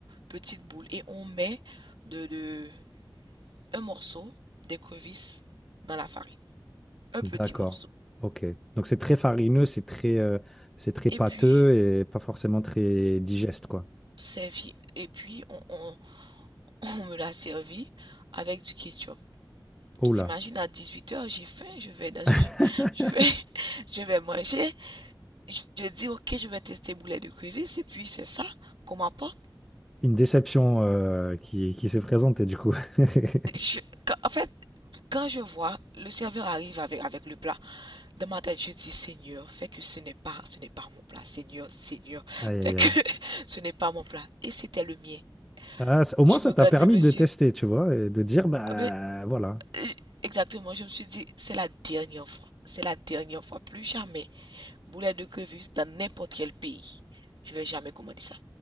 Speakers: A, on the right; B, in the centre.
A: petite boule et on met de, de un morceau d'écrevisse dans la farine, un
B: D'accord.
A: petit morceau.
B: Ok. Donc c'est très farineux, c'est très, euh, c'est très
A: Et
B: pâteux
A: puis
B: et pas forcément très digeste, quoi.
A: servi, et puis on, on, <laughs> on me l'a servi avec du ketchup.
B: Oh
A: Tu t'imagines,
B: là.
A: à 18 heures, j'ai faim, je vais dans, je,
B: <laughs>
A: je vais, <laughs> je vais manger. Je, je dis, ok, je vais tester boulet de crevettes et puis c'est ça qu'on m'apporte.
B: Une déception euh, qui, qui s'est présentée, du coup. <laughs>
A: Je- quand- en fait, quand je vois le serveur arrive avec, avec le plat, dans ma tête, je dis, Seigneur, fais que ce n'est pas, ce n'est pas mon plat. Seigneur, Seigneur,
B: Aïe, aïe,
A: fais que
B: aïe.
A: <laughs> ce n'est pas mon plat. Et c'était le mien.
B: Ah, ça- au moins,
A: Je
B: ça
A: regarde
B: t'a permis
A: le monsieur.
B: de tester, tu vois, et de dire, bah
A: Ah, Mais,
B: voilà,
A: euh, exactement, je me suis dit, c'est la dernière fois. C'est la dernière fois, plus jamais. Boulet de crevettes dans n'importe quel pays. Je vais jamais commander ça.